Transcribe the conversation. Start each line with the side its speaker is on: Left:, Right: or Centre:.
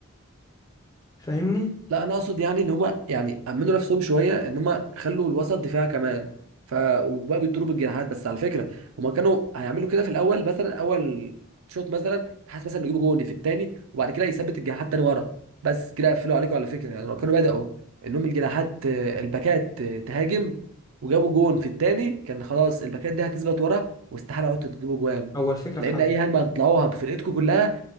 Left: فاهمني
Right: لا انا اقصد يعني ان هما يعني امنوا نفسهم شويه ان هما خلوا الوسط دفاع كمان ف وبقى بيضربوا بالجناحات بس على فكره هما كانوا هيعملوا كده في الاول مثلا اول شوط مثلا بحيث مثلا يجيبوا جون في الثاني وبعد كده يثبت الجناحات تاني ورا بس كده يقفلوا عليكم على فكره يعني لو كانوا بداوا انهم الجناحات آه، الباكات آه، تهاجم وجابوا جون في الثاني كان خلاص الباكات دي هتثبت ورا واستحاله عدتوا تجيبوا جوان
Left: هو الفكرة
Right: لان
Left: في حاجة
Right: اي هجمه هتطلعوها بفرقتكم كلها